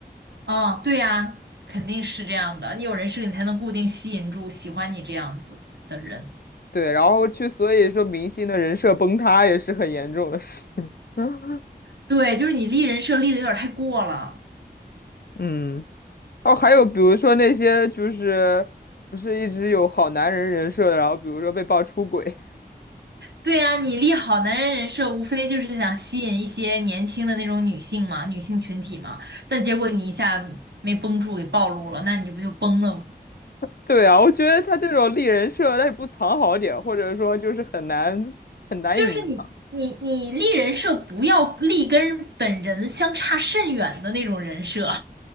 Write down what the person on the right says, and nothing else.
啊，对呀，肯定是这样的，你有人设，你才能固定吸引住喜欢你这样子的人。
对，就是你立人设立的有点太过了。
对呀，你立好男人人设，无非就是想吸引一些年轻的那种女性嘛，女性群体嘛。但结果你一下没绷住，给暴露了，那你不就崩了吗？
就是你你你立人设，不要立跟本人相差甚远的那种人设。